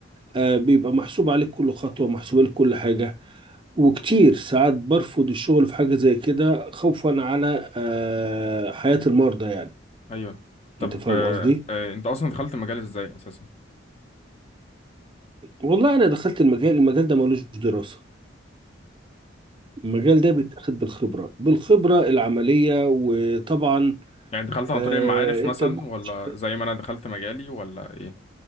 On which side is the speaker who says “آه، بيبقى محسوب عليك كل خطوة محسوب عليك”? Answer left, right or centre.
Right